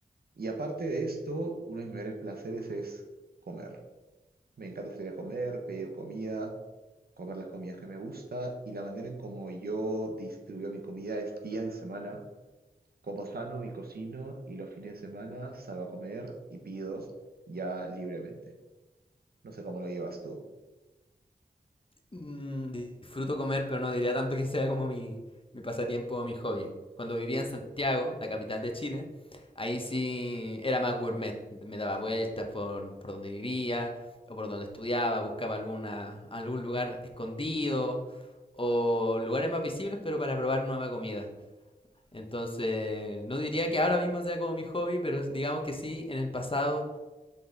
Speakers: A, on the right; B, on the left.
A: Y aparte de esto, uno de mis mayores placeres es comer. Me encanta salir a comer, pedir comida, comer las comidas que me gusta y la manera en como yo distribuyo mi comida es días de semana como sano y cocino y los fines de semana salgo a comer y pido ya libremente. No sé cómo lo llevas tú.
B: Mm, disfruto comer, pero no diría tanto que sea como mi, mi pasatiempo o mi hobby. Cuando vivía en Santiago, la capital de Chile, ahí sí era más gourmet. Me daba vueltas por, por donde vivía o por donde estudiaba, buscaba alguna, algún lugar escondido o lugares más visibles, pero para probar nueva comida. Entonces, no diría que ahora mismo sea como mi hobby, pero digamos que sí, en el pasado